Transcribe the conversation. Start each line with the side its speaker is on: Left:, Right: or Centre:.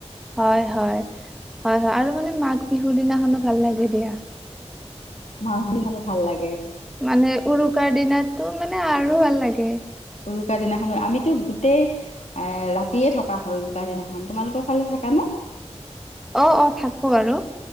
Centre: হয়, হয়। হয়, হয়। আৰু মানে, মাঘ বিহুৰ দিনাখনো ভাল লাগে দিয়া।
Left: মাছ দি খালে, ভাল লাগে।
Centre: মানে উৰুকাৰ দিনাটো, মানে আৰু ভাল লাগে।
Left: উৰুকাৰ দিনাখনো। আমিতো গোটেই ৰাতিয়ে থকা হয় উৰুকাৰ দিনাখন, তোমালোকৰ ফালে থাকানে? <unintelligible>
Centre: অ', অ, থাকো বাৰু।